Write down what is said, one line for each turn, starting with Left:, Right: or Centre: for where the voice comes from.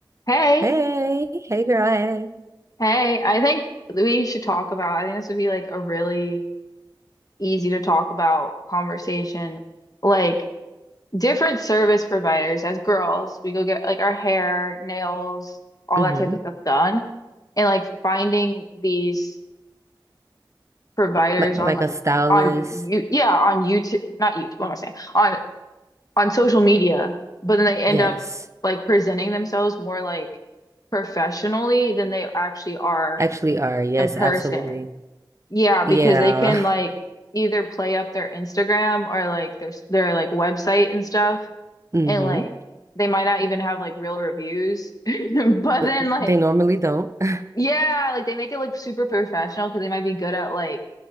Left: Hey,
Right: Hey, hey girl, hey.
Left: hey, I think we should talk about, I think this would be like a really easy to talk about conversation. Like different service providers as girls, we go get like our hair, nails, all
Right: hmm
Left: that type of stuff done. And like finding these providers
Right: Oh, Like
Left: on like
Right: a stylist.
Left: on you yeah, on YouTube, not YouTube, what am I saying? On on social media, but then they end
Right: Yes.
Left: up like presenting themselves more like professionally than they actually are
Right: Actually are. Yes,
Left: in person.
Right: absolutely.
Left: Yeah,
Right: Yeah.
Left: because they can like
Right: <laughs>
Left: either play up their Instagram or like their their like website and stuff,
Right: Mm.
Left: and like they might not even have like real reviews. <laughs> But
Right: hmm
Left: then like
Right: They normally don't. <laughs>
Left: yeah, like they make it look super professional because they might be good at like